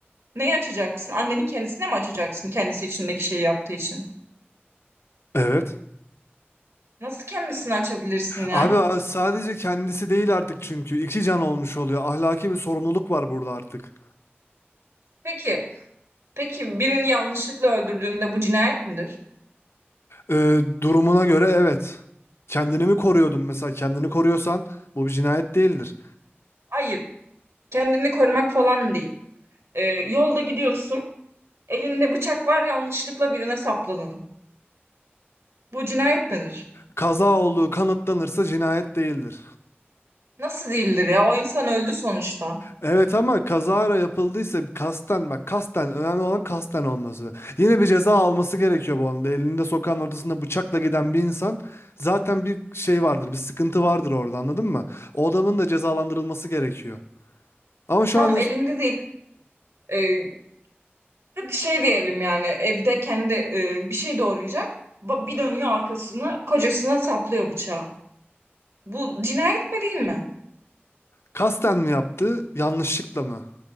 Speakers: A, on the right (about 80°); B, on the left (about 75°).
A: Neyi açacaksın? Annenin kendisine mi açacaksın kendisi içindeki şeyi yaptığı için?
B: Evet.
A: Nasıl kendisini açabilirsin ya?
B: Abi a- sadece kendisi değil artık çünkü. iki can olmuş oluyor. Ahlaki bir sorumluluk var burada artık.
A: Peki, peki birini yanlışlıkla öldürdüğünde bu cinayet midir?
B: Ee, durumuna göre evet. Kendini mi koruyordun mesela? Kendini koruyorsan bu bir cinayet değildir.
A: Hayır, kendini korumak falan değil. Ee, yolda gidiyorsun, elinde bıçak var, yanlışlıkla birine sapladın. Bu cinayet midir?
B: Kaza olduğu kanıtlanırsa cinayet değildir.
A: Nasıl değildir ya? O insan öldü sonuçta.
B: Evet ama kazara yapıldıysa kasten bak kasten önemli olan kasten olması. Yine bir ceza alması gerekiyor bu anda. Elinde sokağın ortasında bıçakla giden bir insan zaten bir şey vardır, bir sıkıntı vardır orada anladın mı? O adamın da cezalandırılması gerekiyor. Ama şu
A: Tam
B: an
A: elinde değil. Ee, hadi şey diyelim yani evde kendi e, bir şey doğrayacak. Ba- Bir dönüyor arkasını, kocasına saplıyor bıçağı. Bu cinayet mi değil mi?
B: kasten mi yaptı, yanlışlıkla mı?